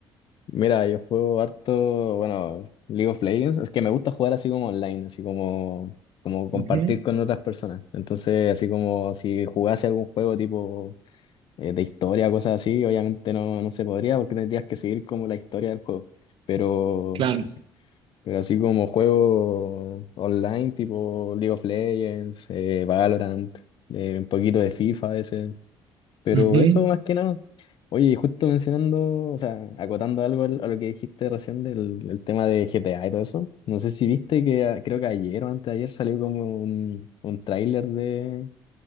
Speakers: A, on the left; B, on the right.
A: Mira, yo juego harto, bueno, League of Legends. Es que me gusta jugar así como online, así como, como compartir
B: Ujú,
A: con otras personas. Entonces, así como si jugase algún juego tipo eh, de historia, cosas así, obviamente no, no se podría porque tendrías que seguir como la historia del juego. Pero...
B: claro.
A: Pero así como juego online, tipo League of Legends, eh, Valorant, eh, un poquito de FIFA a veces. Pero
B: Ujú.
A: eso más que nada. Oye, y justo mencionando, o sea, acotando algo al- a lo que dijiste recién del el tema de GTA y todo eso. No sé si viste que a- creo que ayer o antes de ayer salió como un, un tráiler de.